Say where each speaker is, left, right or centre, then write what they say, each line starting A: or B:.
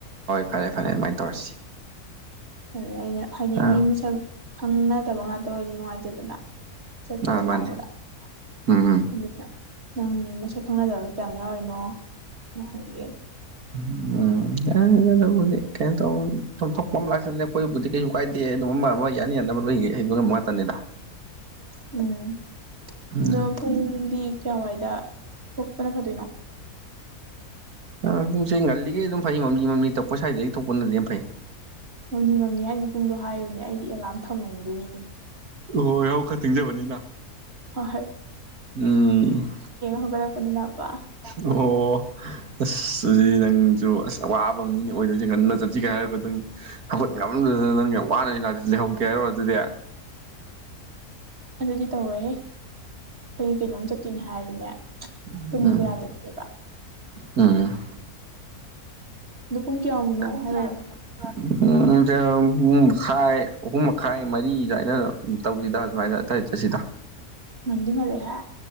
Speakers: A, on the right (about 75°); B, on the right (about 45°).
A: ꯐꯔꯦ-ꯐꯔꯦ ꯑꯗꯨꯃꯥꯏꯅ ꯇꯧꯔꯁꯤ
B: ꯑꯗꯨꯗ ꯑꯩꯅ ꯍꯥꯏꯗꯤ
A: ꯑꯥ
B: ꯃꯤ ꯃꯁꯛ ꯈꯪꯅ ꯗꯕ ꯉꯥꯛꯇ ꯑꯣꯏꯔꯗꯤ ꯅꯨꯡꯉꯥꯏꯇꯦꯗꯅ ꯆꯠꯄꯗ-
A: ꯑꯥ ꯃꯥꯅꯦ
B: ꯂꯥꯡꯕꯗꯥ
A: ꯎꯝ
B: ꯑꯗꯨꯅ ꯅꯪ ꯃꯁꯛ ꯈꯪꯅꯗꯕ ꯀꯌꯥꯝ ꯌꯥꯎꯔꯤꯅꯣ ꯅ ꯍꯪꯒꯦꯕ
A: ꯎꯝ ꯌꯔꯦꯗ ꯑꯦꯗꯨꯕꯨꯗꯤ ꯀꯩꯅꯣ ꯇꯧ ꯊꯣꯛ- ꯊꯣꯛꯄ ꯂꯥꯛꯆꯥꯅꯤꯗ ꯑꯈꯣꯏꯕꯨꯗꯤ ꯀꯩꯝ-ꯀꯥꯏꯗꯦ ꯑꯃꯥ- ꯑꯃ ꯌꯥꯅꯥ- ꯌꯥꯅꯕ ꯂꯣꯏꯒ ꯂꯣꯏꯅꯕ ꯉꯥꯛꯇꯅꯤꯗ
B: INAUDIBLE
A: ꯎꯝ
B: ꯑꯗꯣ ꯄꯨꯡꯗꯤ ꯀꯌꯥꯋꯥꯏꯗꯊꯣꯛꯄꯅ ꯐꯗꯣꯏꯅꯣ
A: ꯑꯥ ꯄꯨꯡꯁꯦ ꯉꯜꯂꯤꯒꯩ ꯑꯗꯨꯝ ꯐꯩ ꯃꯝꯂꯤ- ꯃꯝꯂꯤ ꯇꯧꯔꯛꯄꯥ ꯁ꯭ꯋꯥꯏꯗꯒꯤ ꯊꯣꯛꯄꯅꯗꯤ ꯌꯥꯝꯐꯩ
B: ꯃꯝꯂꯤ- ꯃꯝꯂꯤ ꯍꯥꯏꯖꯦ ꯄꯨꯡꯗꯣ ꯍꯥꯏꯌꯨꯅꯦ ꯑꯩꯗꯤ ꯑꯦꯂꯥꯔꯝ ꯊꯝꯃꯝꯗꯣꯏꯅꯤꯅꯦ
A: UNINTELLIGIBLE
B: ꯍ ꯍꯥꯏ
A: ꯎꯝ
B: ꯍꯧꯒꯠꯂꯛꯄꯅꯤꯅꯕ
A: ꯑꯣ ꯑꯁ ꯑꯗꯨꯗꯤ ꯅꯪꯖꯨ ꯑꯋꯥꯕꯥ ꯑꯃꯅꯤꯅꯦ ꯑꯣꯏꯗꯣꯏꯁꯦ ꯉꯟꯅꯥ ꯆꯠꯁꯤꯒ ꯍꯥꯏꯔꯒ ꯅꯪ ꯍꯧꯒꯠ ꯉꯝꯗꯥꯗꯅ ꯅꯪ ꯌꯥꯝ ꯋꯥꯅꯥꯅꯤ ꯂꯛꯇꯣꯏꯁꯦ ꯂꯩꯍꯧꯒꯦ ꯑꯗꯨꯗꯤ
B: ꯑꯗꯨꯗꯤ ꯇꯧꯔꯣꯏꯍꯦ ꯑꯩꯒꯤ ꯀꯩꯅꯣꯝ ꯆꯠꯇꯣꯏꯅꯦ ꯍꯥꯏꯔꯗꯤꯅꯦ
A: ꯎꯝ
B: ꯇꯨꯝꯕꯒꯥ ꯌꯥꯗꯕꯤꯅꯦꯕꯥ
A: ꯎꯝ
B: ꯑꯗꯨ ꯄꯨꯡ ꯀꯌꯥꯃꯨꯛꯅꯣ
A: ꯄꯨꯡ
B: ꯍꯥꯏꯔꯛꯑꯣ
A: ꯀꯌꯥꯃꯨꯛꯅꯣꯕ
B: <inaudible>
A: ꯄꯨꯡꯖꯦ ꯃꯈꯥꯏ ꯑꯍꯨꯝ ꯃꯈꯥꯏ ꯃꯔꯤ ꯁꯥꯢꯗ ꯇꯧꯁꯤꯗ ꯑꯗꯨꯃꯥꯏꯅ ꯑꯗ꯭ꯋꯥꯢꯗ ꯆꯠꯁꯤꯗ
B: ꯉꯟꯗꯤ ꯉꯜꯂꯦꯍꯦ